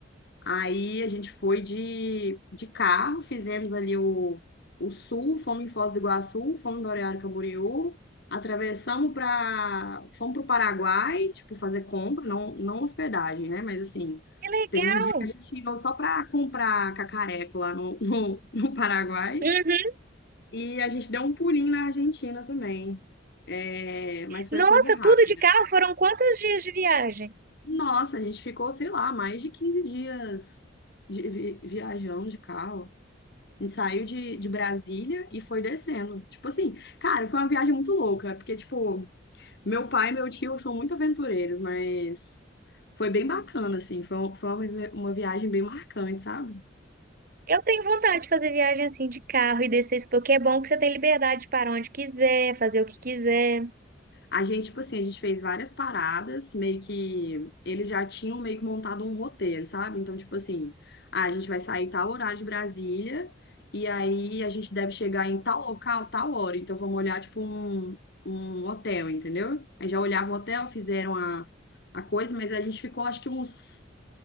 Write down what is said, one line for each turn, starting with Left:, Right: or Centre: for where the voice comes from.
Left: Aí a gente foi de, de carro, fizemos ali o, o sul, fomos em Foz do Iguaçu, fomos em Balneário Camboriú, atravessamos para, fomos para o Paraguai, tipo, fazer compra, não, não hospedagem, né? Mas assim,
Right: Que legal!
Left: teve um dia que a gente indo só para comprar cacareco lá no, no, no Paraguai
Right: Uhum.
Left: e a gente deu um pulinho na Argentina também. É, mas foi
Right: Nossa,
Left: coisa rápida.
Right: tudo de carro? Foram quantos dias de viagem?
Left: Nossa, a gente ficou, sei lá, mais de 15 dias de vi- viajando de carro. A gente saiu de, de Brasília e foi descendo. Tipo assim, cara, foi uma viagem muito louca, porque, tipo, meu pai e meu tio são muito aventureiros, mas foi bem bacana, assim. Foi, um- foi uma, vi- uma viagem bem marcante, sabe?
Right: Eu tenho vontade de fazer viagem assim de carro e descer isso, porque é bom que você tem liberdade de parar onde quiser, fazer o que quiser.
Left: A gente, tipo assim, a gente fez várias paradas, meio que eles já tinham meio que montado um roteiro, sabe? Então, tipo assim, ah, a gente vai sair tal horário de Brasília e aí a gente deve chegar em tal local, tal hora. Então, vamos olhar, tipo, um, um hotel, entendeu? Aí já olhava o hotel, fizeram a, a coisa, mas a gente ficou, acho que uns